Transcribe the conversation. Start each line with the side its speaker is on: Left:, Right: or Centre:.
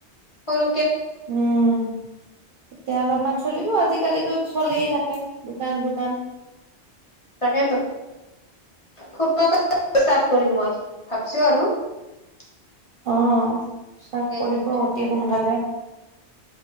Left: সৰু
Right: উম এতিয়া অলপমান চলিব আজি আজিকালিতো চলে থাকে দোকান দোকান
Left: াক ফ কৰিম মই ভাবছো আৰু <unintelligible>
Right: অ চফ
Left: সেই
Right: কৰিব অতি সোনকালে